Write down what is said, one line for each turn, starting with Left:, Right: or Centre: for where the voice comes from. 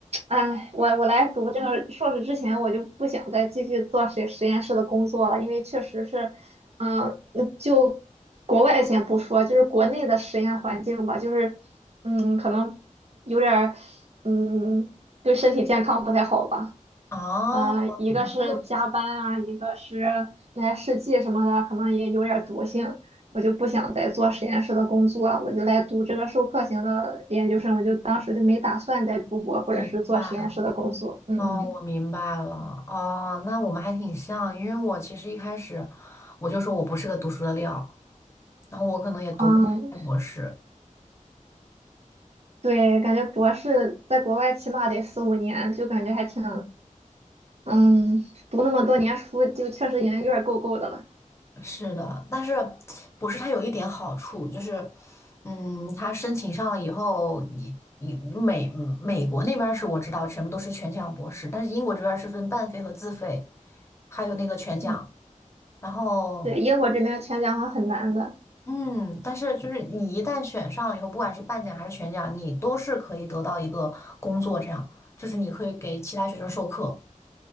Right: 哎，我我来读这个硕士之前，我就不想再继续做实实验室的工作了，因为确实是，嗯，嗯就国外先不说，就是国内的实验环境吧，就是，嗯，可能有点儿，嗯，对身体健康不太好吧。
Left: 哦，
Right: 嗯，一个是加班啊，
Left: 你就
Right: 一个是那些试剂什么的，可能也有点儿毒性，我就不想再做实验室的工作啊我就来读这个授课型的研究生，我就当时就没打算再读博或者是做实验室的工作。
Left: 明白。
Right: 嗯嗯。
Left: 哦，我明白了。哦，那我们还挺像，因为我其实一开始我就说我不是个读书的料，然后我可能也读不下来博士。
Right: 嗯，对，感觉博士在国外起码得四五年，就感觉还挺，嗯，读那么多年书，就确实已经有点够够的了。
Left: 是的，但是博士它有一点好处，就是，嗯，它申请上了以后，你你美美国那边儿是我知道全部都是全奖博士，但是英国这边儿是分半费和自费，还有那个全奖。
Right: 嗯，
Left: 然后
Right: 对，英国这边全奖好像很难的。
Left: 嗯，但是就是你一旦选上了以后，不管是半奖还是全奖，你都是可以得到一个工作，这样就是你可以给其他学生授课。